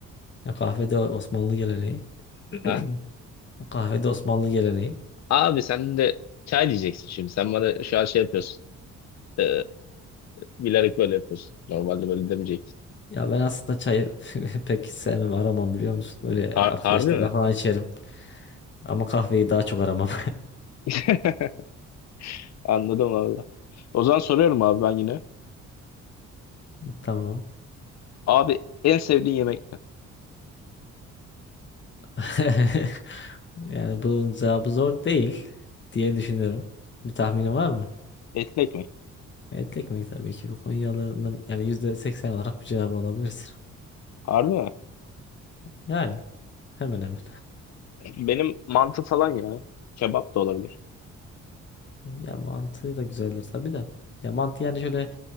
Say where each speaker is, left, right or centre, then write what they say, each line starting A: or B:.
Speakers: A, on the left; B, on the left.
A: Ya kahvede Osmanlı geleneği. <clears throat>
B: Ha?
A: O Kahvede Osmanlı geleneği.
B: Abi sen de çay diyeceksin şimdi. Sen bana şu an şey yapıyorsun. Ee, bilerek böyle yapıyorsun. Normalde böyle demeyecektin.
A: Ya ben aslında çayı <laughs> pek sevmem, aramam biliyor musun? Böyle arkadaşlarla
B: Har- harbi mi?
A: falan içerim. Ama kahveyi daha çok aramam.
B: <laughs> Anladım abi. O zaman soruyorum abi ben yine.
A: <laughs> Tamam.
B: Abi en sevdiğin yemek ne?
A: <laughs> Yani bunun cevabı zor değil diye düşünüyorum. Bir tahminin var mı?
B: Etli ekmek.
A: Etli ekmek tabii ki. Bu Konyalıların yani %80 olarak bir cevabı alabilirsin.
B: Harbi mi?
A: Yani hemen hemen.
B: Benim mantı falan ya. Kebap da olabilir.
A: Ya mantığı da güzeldir tabii de. Ya mantı yani şöyle